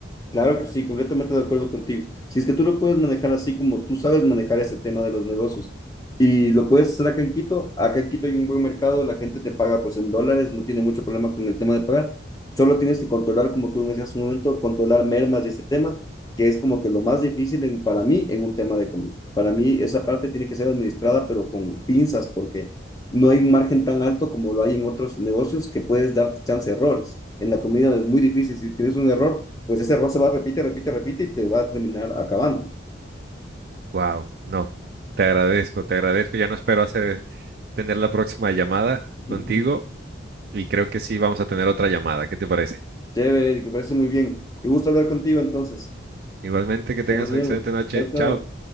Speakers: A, on the left (about 20°); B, on the right (about 50°).
A: Claro que sí, completamente de acuerdo contigo. Si es que tú lo puedes manejar así como tú sabes manejar ese tema de los negocios y lo puedes hacer acá en Quito, acá en Quito hay un buen mercado, la gente te paga pues en dólares, no tiene mucho problema con el tema de pagar, solo tienes que controlar, como tú me decías hace un momento, controlar mermas y ese tema, que es como que lo más difícil en- para mí en un tema de comida. Para mí esa parte tiene que ser administrada pero con pinzas porque no hay un margen tan alto como lo hay en otros negocios que puedes darte chance de errores. En la comida es muy difícil, si tienes un error pues ese error se va, repite, repite, repite y te va a terminar acabando.
B: Wow, no, te agradezco, te agradezco. Ya no espero hacer tener la próxima llamada
A: <laughs>
B: contigo y creo que sí vamos a tener otra llamada. ¿Qué te parece?
A: Chévere, Eric, me parece muy bien. Qué gusto hablar contigo entonces.
B: Igualmente, que tengas
A: Ya nos
B: una
A: vemos.
B: excelente noche.
A: Chao, chao.
B: Chao.